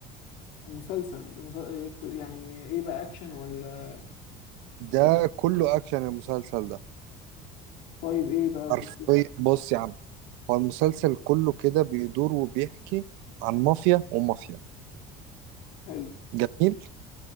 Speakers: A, on the left; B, on the right.
A: مسلسل مسل... يعني ايه بقى اكشن ولا
B: ده
A: ولا
B: كله اكشن المسلسل ده
A: طيب ايه بقى قصته
B: حرفيا بص يا عم هو المسلسل كله كده بيدور وبيحكي عن مافيا ومافيا
A: حلو
B: جميل